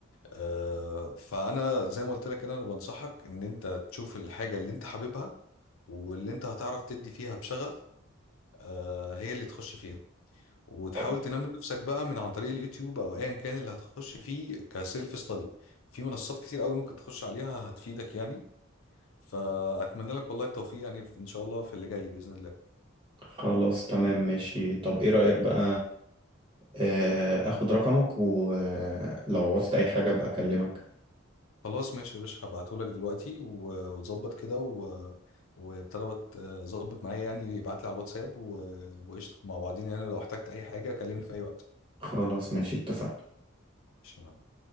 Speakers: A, on the left (about 75°); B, on the right (about 25°).
A: آه فانا زي ما قلت لك انا اللي بنصحك ان انت تشوف الحاجه اللي انت حاببها واللي انت هتعرف تدي فيها بشغف آه هي اللي تخش فيها وتحاول
B: طب
A: تنمي نفسك بقى من عن طريق اليوتيوب او ايا كان اللي هتخش فيه كسيلف ستادي في منصات كتير قوي ممكن تخش عليها هتفيدك يعني فاتمنى لك والله التوفيق يعني ان شاء الله في اللي جاي باذن الله
B: خلاص تمام ماشي طب ايه رأيك بقى آه، اخد رقمك ولو عوزت اي حاجة ابقى اكلمك
A: خلاص ماشي يا باشا هبعتهولك دلوقتي و- وتظبط كده و... وابتدى وت- ظبط معايا يعني يبعت لي على الواتساب و... وقشطة مع بعضينا يعني لو احتجت أي حاجة كلمني في أي وقت
B: خلاص ماشي اتفقنا
A: ماشي يا معلم.